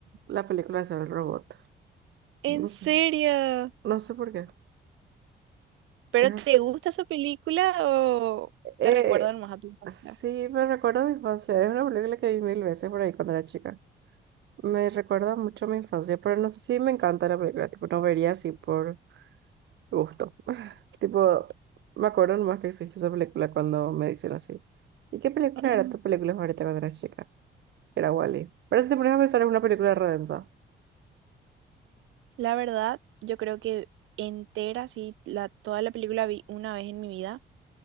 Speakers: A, on the right; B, on the right.
A: la película es el robot.
B: ¿En
A: No
B: serio?
A: sé, no sé por qué.
B: ¿Pero
A: Es
B: te
A: así.
B: gusta esa película o
A: Eh,
B: te recuerdan más a tu infancia?
A: sí, me recuerda a mi infancia. Es una película que vi mil veces por ahí cuando era chica. Me recuerda mucho a mi infancia, pero no sé si me encanta la película. Tipo, no vería así por gusto. <laughs> Tipo, me acuerdo nomás que existe esa película cuando me dicen así. ¿Y qué película
B: <laughs>
A: era tu película favorita cuando eras chica? Era Wally. Pero si te pones a pensar, es una película redensa.
B: La verdad, yo creo que entera, sí, la, toda la película vi una vez en mi vida.